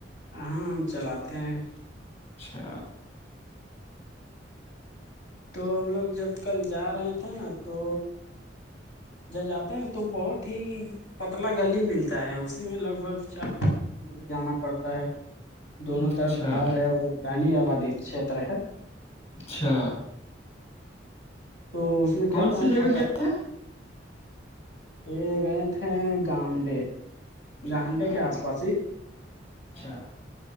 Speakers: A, on the left (about 75°); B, on the left (about 35°).
A: ہاں ہم چلاتے ہیں
B: اچھا
A: تو ہم لوگ جب کل جا رہے تھے نا تو جب جاتے ہیں نا تو بہت ہی پتلا گلی ملتا ہے اسی میں لگ بھگ چ ٹر جانا پڑتا ہے دونوں
B: اچھا
A: طرف گھر ہے اور گانی آبادی چھیت ہے
B: اچھا
A: تو اس میں کیا
B: کون
A: ہوتا
B: سی
A: ہے
B: جگہ
A: تھوڑا
B: گئے تھے
A: یہ گئے تھے گانڈے
B: اچھا
A: گانڈے
B: گانڈی
A: کے آس پاس ہی
B: اچھا